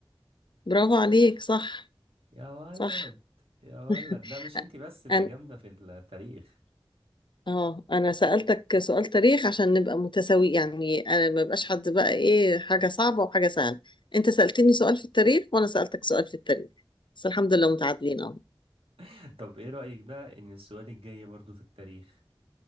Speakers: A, on the left (about 60°); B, on the right (about 85°).
A: برافو عليك صح
B: يا ولد
A: صح
B: يا ولد
A: <laughs>
B: لا مش انتي بس اللي
A: أنا
B: جامده في التاريخ
A: اه أنا سألتك سؤال تاريخ عشان نبقى متساوي يعني أنا ما بقاش حد بقى إيه حاجة صعبة وحاجة سهلة أنت سألتني سؤال في التاريخ وأنا سألتك سؤال في التاريخ بس الحمد لله متعادلين أهو
B: <laughs> طب ايه رايك بقى ان السؤال الجاي برضو في التاريخ